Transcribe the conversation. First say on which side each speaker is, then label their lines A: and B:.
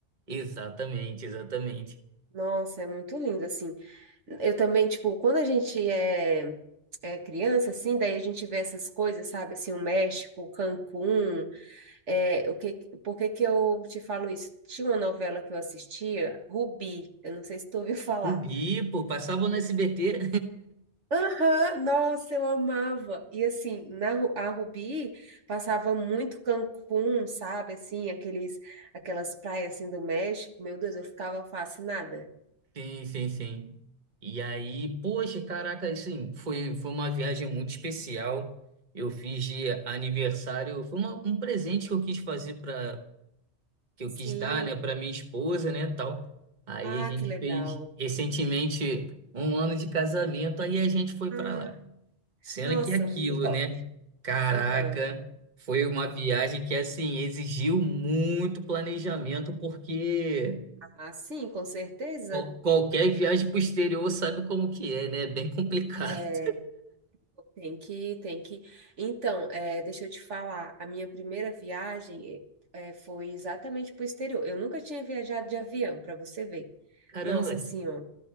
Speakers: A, on the right; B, on the right.
A: Exatamente, exatamente.
B: Nossa, é muito lindo, assim. Eu também, tipo, quando a gente é, é criança, assim, daí a gente vê essas coisas, sabe? Assim, o México, Cancún, é, o que, por que que eu te falo isso? Tinha uma novela que eu assistia, Rubi, eu não sei se tu ouviu <laughs> falar.
A: Cubi, pô, passava no SBT.
B: Aham, nossa, eu amava. E assim, na Ru- a Rubi passava muito Cancún, sabe? Assim, aqueles, aquelas praias assim do México. Meu Deus, eu ficava fascinada.
A: <laughs> Sim, sim, sim. E aí, poxa, caraca, assim, foi, foi uma viagem muito especial. Eu fiz de aniversário, foi uma- um presente que eu quis fazer para que eu
B: Sim.
A: quis dar, né, para minha esposa, né, tal. Aí
B: Ah,
A: a gente
B: que legal.
A: fez recentemente um ano de casamento, aí a gente foi
B: Ah,
A: para lá. Sendo
B: nossa,
A: que aquilo,
B: muito top.
A: né? Caraca,
B: Aham.
A: foi uma viagem que assim exigiu muito planejamento porque
B: Ah, sim, com certeza.
A: qual- qualquer viagem pro exterior sabe como que é, né? É Bem <laughs> complicado.
B: É, tem que, tem que. Então, é, deixa eu te falar, a minha primeira viagem é, é, foi exatamente para o exterior. Eu nunca tinha viajado de avião, para você ver.
A: Caramba,
B: Nossa senhora.